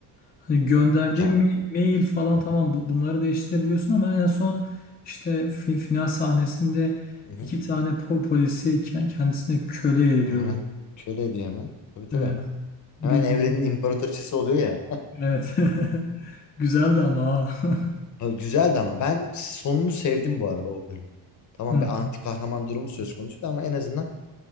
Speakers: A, on the left; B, on the left.
A: Hani gönderdiğin
B: Ya.
A: ma- mail falan
B: Hı hı,
A: tamam bu, bunları değiştirebiliyorsun ama en son işte fi- final sahnesinde
B: hı hı.
A: iki tane po- polisi ke- kendisine köle ediyordu.
B: Yani hemen köle ediyor hemen. Tabii tabii.
A: Evet. Bildiğim.
B: Hemen evrenin imparatoriçesi oluyor ya.
A: Evet. <laughs> Güzeldi ama. ha.
B: Abi güzeldi ama ben sonunu sevdim bu arada o bölümü. Tamam
A: Hı hı.
B: bir anti kahraman durumu söz konusuydu ama en azından